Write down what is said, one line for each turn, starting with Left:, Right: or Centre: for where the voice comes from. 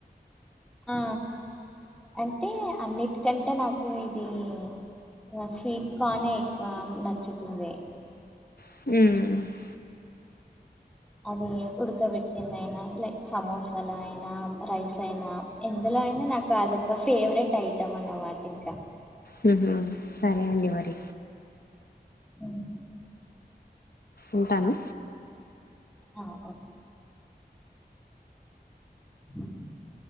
Centre: ఆ అంటే అన్నిటికంటే నాకు ఇది ఇంగ స్వీట్ కాన్నే ఎక్కువ నచ్చుతుంది
Left: హ్మ్
Centre: అది ఉడకబెట్టింది అయినా లైక్ సమోసాల అయినా రైస్ అయినా ఎందులో అయినా నాకు అదొక ఫేవరెట్ ఐటం అనమాట ఇంక
Left: హ్మ్ హు సరే అండి మరి
Centre: ఉ ఉ
Left: ఉంటాను
Centre: ఆ ఓ అ